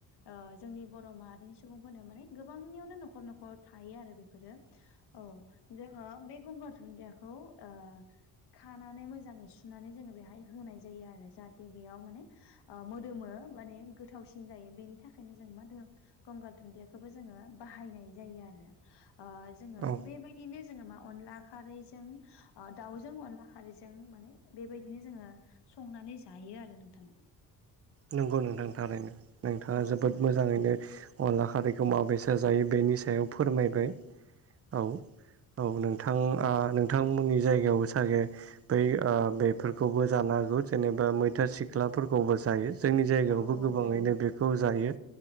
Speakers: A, on the left; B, on the right.
A: ओ जोंनि बर' माहारिनि सुबुंफोरनो माने गोबांनियावनो न'खर न'खर थायो आरो बेफोरो
B: <inaudible>
A: औ जोंङो बे गुंगार दुन्दियाखौ ओ खानानै मोजाङै सुनानै जोङो बेहाय होनाय जायो आरो जाहाथे बेयाव माने मोदोमो माने गोथावसिन जायो बेनि थाखायनो जों मा गंगार दुुनदियाखौबो जोंङो बाहायनाय जायो आरो ओ जोंङो
B: औ
A: बेबायदिनो जोंङो मा अनला खारैजों दाउजों अनला खारैजों माने बेबायदिनो जोंङो संनानै जायो आरो नोंथां
B: नंगौ नोंथां थारैनो नोंथांङा
A: औ
B: जोबोद
A: औ
B: मोजांङैनो अनला खारैखौ माबेसा जायो बेनि सायाव फोरमायबाय औ औ नोंथां ओ नोंथांमोननि जायगायावबो सागे बै ओ बेफोरखौबो जानो हागौ जेनेबा मैथा सिख्लाफोरखौबो जायो। जोंनि जायगायावबो
A: औ औ
B: गोबाङैनो
A: जायो
B: बेखौ जायो